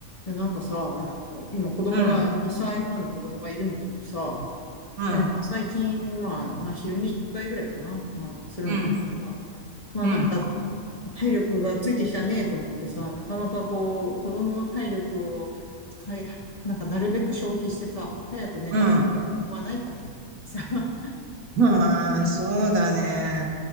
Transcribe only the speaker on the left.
いやなんかさ、あの、今子供が、
2歳半の子供がいるんだけどさ、
いや、まあ最近、まあ、まあ昼寝1回ぐらいかな、まあするんだけどさ、
まあなんか
体力がついてきたねと思ってさ、なかなかこう、子供の体力を使い、なんかなるべく消費してさ、早く寝かす方法はないかね。
さ、<laughs>